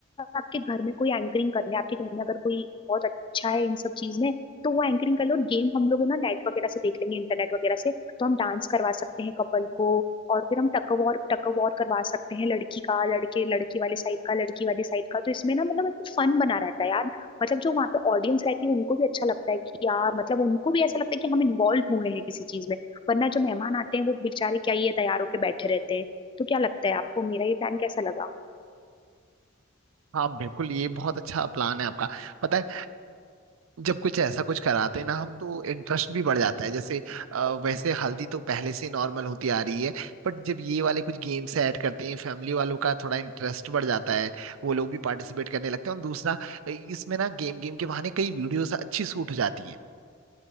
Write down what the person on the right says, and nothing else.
हाँ बिल्कुल ये बहुत अच्छा प्लान है आपका पता है जब कुछ ऐसा कुछ कराते हैं ना हम तो इंटरेस्ट भी बढ़ जाता है जैसे अ, वैसे हल्दी तो पहले से नॉर्मल होती आ रही है बट जब ये वाले कुछ गेम्स ऐड करते हैं फैमिली वालों का थोड़ा इंटरेस्ट बढ़ जाता है वो लोग भी पार्टिसिपेट करने लगते हैं और दूसरा अ, इसमें ना गेम गेम के बहाने कई वीडियोस अच्छी शूट हो जाती हैं